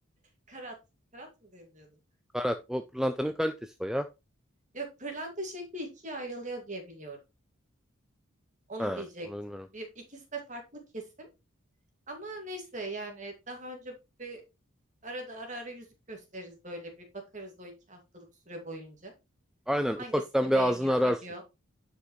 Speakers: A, on the right; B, in the centre.
A: Karat. Karat mı deniliyordu?
B: karat. O pırlantanın kalitesi o ya.
A: Yok pırlanta şekli ikiye ayrılıyor diye biliyorum. Onu
B: Ha,
A: diyecektim.
B: onu bilmiyorum.
A: Bir, ikisi de farklı kesim. Ama neyse yani daha önce bir Arada ara ara yüzük gösteririz böyle bir bakarız o iki haftalık süre boyunca.
B: Aynen
A: Hangisini
B: ufaktan bir
A: beğeniyor,
B: ağzını ararsın.
A: ediyor.